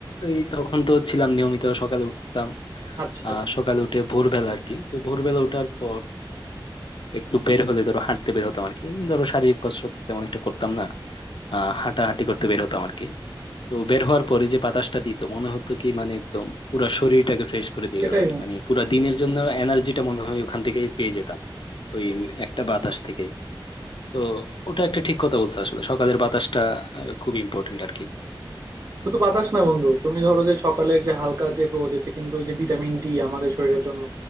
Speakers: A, on the left; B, on the right.
A: এই তখন তো ছিলাম নিয়মিত সকালে উঠতাম
B: আচ্ছা
A: আহ সকালে উঠে ভোরবেলা আর কি তো ভোরবেলা ওঠার পর একটু বের হলে ধরো হাঁটতে বের হতাম আর কি ধরো শারীরিক কসরত তেমন একটা করতাম না আহ হাঁটাহাঁটি করতে বের হতাম আর কি তো বের হওয়ার পরে যে বাতাসটা দিত মনে হতো কি মানে একদম পুরা শরীরটাকে ফ্রেশ করে দিয়ে
B: সেটাই
A: গেল আর কি।
B: বন্ধু
A: মানে পুরা দিনের জন্য এনার্জিটা মনে হয় ওখান থেকেই পেয়ে যেতাম ওই একটা বাতাস থেকেই তো ওটা একটা ঠিক কথা বলছো আসলে সকালের বাতাসটা আহ, খুব ইম্পর্টেন্ট আর কি
B: শুধু বাতাস না বন্ধু তুমি ধরো যে সকালের যে হালকা যে রোদ এতে কিন্তু ওই যে ভিটামিন ডি আমাদের শরীরের জন্য